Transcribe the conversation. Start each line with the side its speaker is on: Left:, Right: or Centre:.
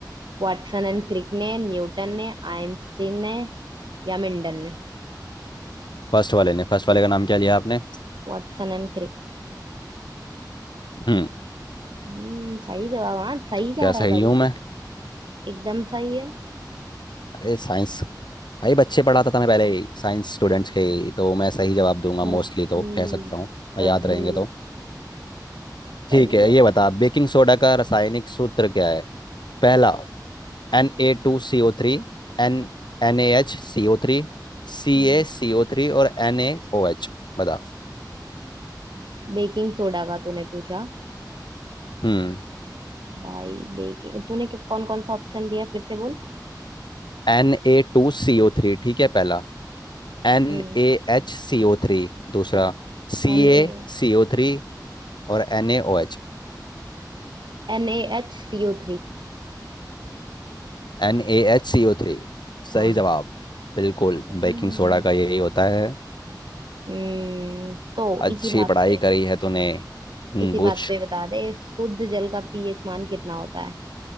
Right: वाटसन एंड क्रिक ने न्यूटन ने आइंस्टीन ने या मेंडल ने
Left: फर्स्ट वाले ने फर्स्ट वाले का नाम क्या लिया आपने
Right: Watson and Crick
Left: हम्म
Right: हम्म सही जवाब हाँ सही
Left: क्या
Right: जा रहा
Left: सही
Right: है भाई
Left: हूँ मैं
Right: एकदम सही है
Left: अरे साइंस भाई बच्चे पढ़ाता था मैं पहले ही, साइंस स्टूडेंट्स के ही, तो मैं सही जवाब दूंगा
Right: तभी
Left: मोस्टली तो कह सकता हूँ मैं
Right: तभी
Left: याद रहेंगे तो
Right: सही
Left: ठीक है
Right: है
Left: ये बता बेकिंग सोडा का रासायनिक सूत्र क्या है पहला N A two C O three N N A H C O three C
Right: हम्म
Left: A C O three और एन ए ओ एच बता
Right: बेकिंग सोडा का तूने पूछा
Left: हम्म
Right: भाई बेकिंग तूने कौन कौन सा ऑप्शन दिया फिर से बोल
Left: N A two C O three ठीक है पहला N
Right: हम्म
Left: A H C O three दूसरा C
Right: N
Left: A
Right: A
Left: C O three और N A O H
Right: N A H C O three
Left: N A H C O three सही
Right: हाँ
Left: जवाब बिल्कुल
Right: हम्म
Left: बेकिंग सोडा का यही होता है
Right: हम्म, तो
Left: अच्छी
Right: इसी बात
Left: पढ़ाई
Right: पे
Left: करी है तूने हम्म,
Right: इसी
Left: पूछ
Right: बात पे बता दे शुद्ध जल का पीएच मान कितना होता है